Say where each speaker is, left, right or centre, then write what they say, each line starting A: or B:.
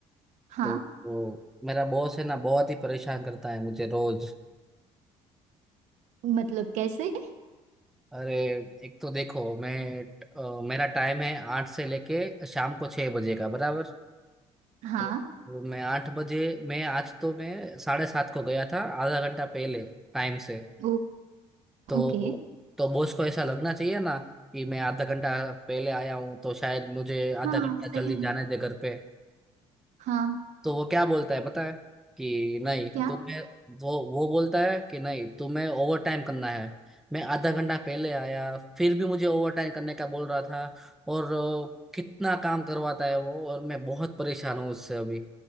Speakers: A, on the right; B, in the centre.
A: हाँ
B: तो वो मेरा बॉस है ना बहुत ही परेशान करता है मुझे रोज
A: मतलब कैसे
B: अरे एक तो देखो मैं अ, मेरा टाइम है आठ से लेके शाम को छः बजे का बराबर
A: हाँ
B: तो वो मैं आठ बजे मैं आज तो मैं साढ़े सात को गया था आधा घंटा पहले टाइम से
A: ओ,
B: तो
A: ओके
B: तो बॉस को ऐसा लगना चाहिए ना कि मैं आधा घंटा पहले आया हूँ तो शायद मुझे आधा
A: हाँ
B: घंटा
A: सही
B: जल्दी जाने
A: है
B: दे घर पे
A: हाँ
B: तो वो क्या बोलता है पता है कि नहीं
A: क्या
B: तुम्हें वो वो बोलता है कि नहीं तुम्हें ओवर टाइम करना है मैं आधा घंटा पहले आया फिर भी मुझे ओवर टाइम करने का बोल रहा था और अ, कितना काम करवाता है वो और मैं बहुत परेशान हूँ उससे अभी